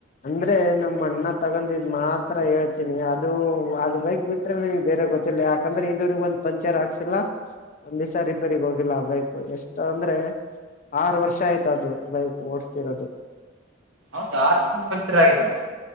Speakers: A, on the left; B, on the right.
A: ಅಂದ್ರೆ ನಮ್ಮಣ್ಣ ತಗೊಂಡಿದ್ ಮಾತ್ರ ಹೇಳ್ತೀನಿ ಅದು ಅದು ಬೈಕ್ ಬಿಟ್ರೆ ಬೇರೆ ಯಾವುದೂ ಗೊತ್ತಿಲ್ಲ ಯಾಕಂದ್ರೆ ಇದುವರೆಗೂ ಪಂಚರ್ ಹಾಕ್ಸಿಲ್ಲ ಒಂದು ಸಾರಿ ರಿಪೇರಿ ಹೋಗಿಲ್ಲ ಆ ಬೈಕ್ ಇಷ್ಟು ಅಂದ್ರೆ ಆರು ವರ್ಷ ಆಯ್ತು ಓಡಿಸ್ತಿರೋದು
B: ಆರು ತಿಂಗಳ ಪಂಚರ್ ಆಗಿಲ್ವಾ